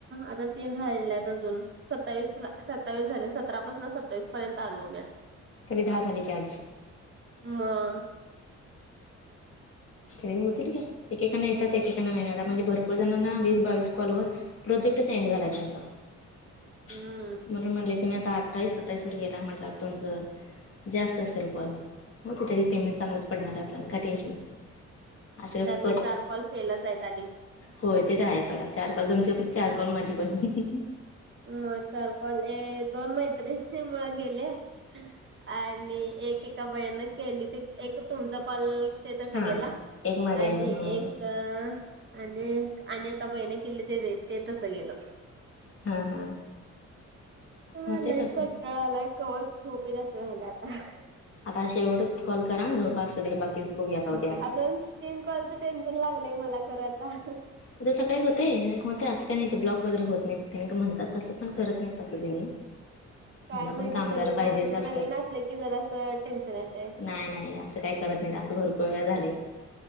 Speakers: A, on the right (about 40°); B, on the left (about 45°).
A: आता तीन राहीलेले आहेत अजून सत्तावीस ला सत्तावीस झाले सतरा पाासन सत्तावीस पर्यंत आलोय मी आता.
B: कधी दहा झाले की आज.
A: म <unintelligible>
B: तरी होतील का एकेकना येतात एकेकांना नाही आताात म्हणजे भरपूर जणांना वीस बावीस कॉलवरर <unintelligible> प्रोजेक्टच एंड झालाय त्यांचा <unintelligible>
A: हम्म <unintelligible>
B: म्हणून म्हले तमही आता अठ्ठास सत्तास वर गेला म्हटल्यावर तुमचं <unintelligible> जास्त असतीलल कॉल होते तरी पेमेंट चांगलंच पडणार आहे आपल्याला काय टेन्शन नाही <unintelligible> असं
A: त्यातले
B: कर
A: चार कॉल फेलच आहेत आणि <unintelligible>
B: होय तेच राहायचोडा चार काल तुमची पण चार काल माझी पण <unintelligible>
A: मग चार पल ए दोन मैत्रि मुळ गेले <unintelligible> आणि एक एका बहिनं केली ते एक तुमचा पल <unintelligible> येत
B: हा
A: सगळळेला
B: एक माझ्या
A: आणि
B: आहे ना ह
A: एक <unintelligible> अ अनेका बहिणी केली ते ते तस गेलं <unintelligible>
B: हा हा <unintelligible>
A: हलाय
B: होते तसं
A: कट्टळा आलाय कवच झोपेल असं व्हायला आता <unintelligible>
B: आताेवटे कॉल करा झोप असू दे बाकी <unintelligible> बघयाता्या <unintelligible>
A: अजून तीन कॉलचं टेन्शन लागलंय मला खरं आता <unintelligible>
B: उद्या सकाळी होते होते असं काही नाही ते ब्लॉक वगैरे होत नाहीने का म्हणतात तसं पण करत नाही तसंने <unintelligible> ह <unintelligible>
A: काय
B: त्यांना पण
A: माहिती
B: कामगार
A: तरी
B: पाहिजेच
A: पण
B: असतात
A: नवीन असलं की जरा असं टेन्शन येतय
B: नाही नाही असं काय करत नाही असं भरपूर वेळा झालंय <unintelligible>